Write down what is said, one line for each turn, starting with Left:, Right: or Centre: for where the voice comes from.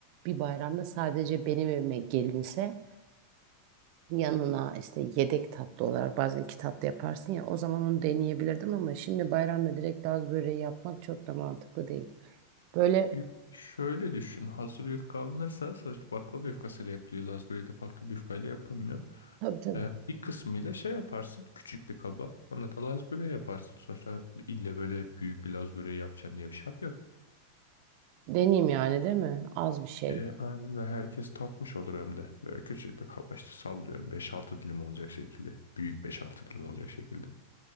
Right: Bir bayramda sadece benim evime gelinse yanına işte yedek tatlı olarak bazen iki tatlı yaparsın ya o zaman onu deneyebilirdim ama şimdi bayramda direkt Laz böreği yapmak çok da mantıklı değil. Böyle
Left: Yuf- Şöyle düşün. Hazır yufka alınırsa sonuçta baklava yufkasıyla yapılıyor. Lazburi de farklı bir yufkayla yapılmıyor.
Right: tabii tabii
Left: Ee, bir kısmıyla şey yaparsın. Küçük bir kaba. Ona da lazburi yaparsın. Sonuçta ille böyle büyük bir lazburi yapacaksın diye bir şart yok.
Right: Deneyim yani değil mi? Az bir şey.
Left: E, aynen öyle. herkes tatmış olur hem de. Böyle küçük bir kaba işte sallıyorum. beş-altı dilim olacak şekilde. Büyük beş-altı dilim olacak şekilde